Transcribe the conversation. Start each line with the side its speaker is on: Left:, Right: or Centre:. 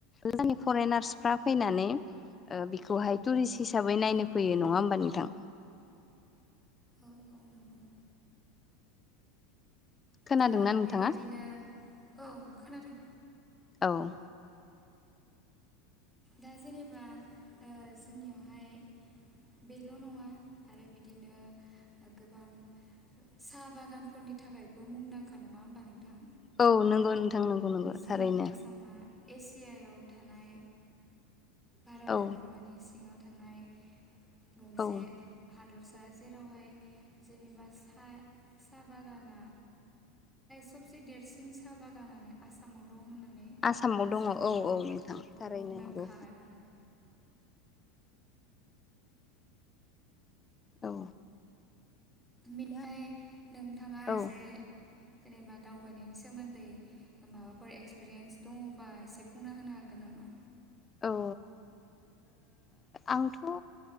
Left: जोंनि फरेनार्सफ्रा फैनानै बेखौहाय टुरिस्ट हिसाबै नायनो
Centre: औ
Left: फैयो नङा होमबा नोंथां
Centre: औ औ नंगौ
Left: खोनादोंना
Centre: दा
Left: नोंथाङा?
Centre: बेबायदिनो औ खोनादों
Left: औ
Centre: दा जेनेबा जोंनियावहाय बेल' नङा आरो बिदिनो गोबां साहा बागानफोरनि थाखायबो मुंदांखा नङा होमबा नोंथां
Left: औ नंगौ नोंथां नंगौ नंगौ
Centre: जोंनि
Left: थारैनो
Centre: आसामा एसियायाव थानाय भारत
Left: औ
Centre: हादरमानि सिङाव थानाय गंसे
Left: औ
Centre: हादरसा जेरावहाय जेनेबा साहा बागाना सबसे देरसिन साहा बागानानो आसामाव दं होननानै
Left: आसामाव
Centre: जोङो
Left: दङ औ
Centre: बे
Left: औ नोंथां थारैनो
Centre: मुंदांखा
Left: नंगौ
Centre: <inaudible>
Left: औ
Centre: बेनिफ्राय
Left: दा
Centre: नोंथाङा
Left: औ
Centre: एसे जेनेबा दावबायनायनि सोमोन्दै माबाफोर एक्सपिरियेन्स दङबा एसे बुंना होनो हागोन नामा
Left: औ आंथ'